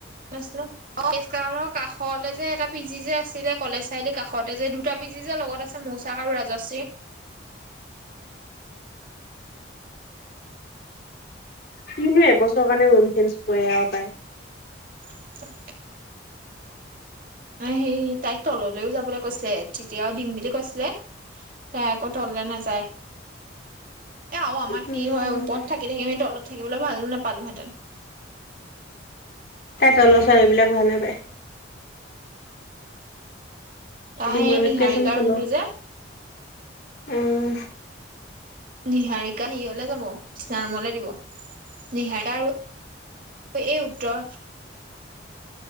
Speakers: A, on the right (about 45°); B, on the left (about 50°).
A: নছল <inaudible> অ' কৃষ্ণা হলৰ কাষলে যে এটা পি জি যে আছিলে, কলেজ চাৰিআলিৰ কাষতে যে দুটা পি জি যে লগত আছে, মৌচাক আৰু ৰাজশ্ৰী।
B: কিনো এবছৰৰ কাৰণে ৰুম চেঞ্চ কৰে আৰু তাই।
A: <inaudible> সেই তাইক তললৈও যাবলৈ কৈছিলে, তেতিয়াও দিম বুলি কৈছিলে তাই আকৌ তললে নাযায়। এয়া আৰু আমাৰ
B: উম,
A: কি হয় ওপৰত থাকি থাকি তলত থাকিবলৈ ভালো নাপালোহেঁতেন। <inaudible>
B: তাই তলৰ ছোৱালীবিলাক ভাল নাপায়।
A: তাই
B: মোৰ
A: এই
B: আগত
A: নিহাৰিকাৰ
B: কৈ আছে মই তলৰ
A: ৰুমটো যে।
B: উম।
A: নিহাৰিকা হেৰিয়ালৈ যাব ইষ্টাৰ ৰুমলৈ দিব। নিহাৰিকা আৰু এই উত্তৰ।